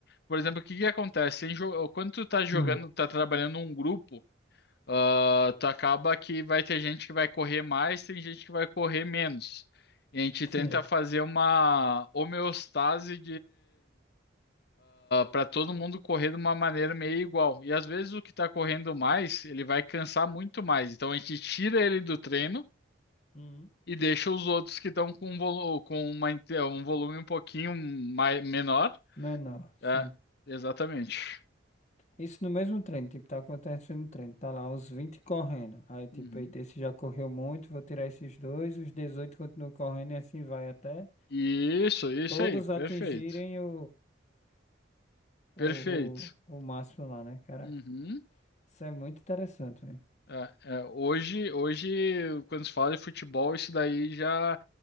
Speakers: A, on the left; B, on the left.
A: Por exemplo, o que que acontece? Em jo- Quando tu tá jogando,
B: Hum,
A: tá trabalhando um grupo, ah, tu acaba que vai ter gente que vai correr mais, tem gente que vai correr menos. E a gente
B: sim.
A: tenta fazer uma homeostase para todo mundo correr de uma maneira meio igual. E às vezes o que está correndo mais, ele vai cansar muito mais. Então a gente tira ele do treino
B: Hum.
A: e deixa os outros que estão com, um volu- com uma inte- um volume um pouquinho mai- menor.
B: Menor, sim.
A: É, exatamente.
B: Isso no mesmo treino, tipo, tá acontecendo no treino, tá lá os 20 correndo. Aí, tipo,
A: Uhum.
B: eita, esse já correu muito, vou tirar esses dois, os 18 continuam correndo e assim vai até
A: Isso, isso
B: todos
A: aí, perfeito.
B: atingirem o, o, o,
A: Perfeito.
B: o, o, o máximo lá, né? Caraca,
A: Uhum.
B: isso é muito interessante, velho.
A: É, é, hoje, hoje, quando se fala de futebol, isso daí já.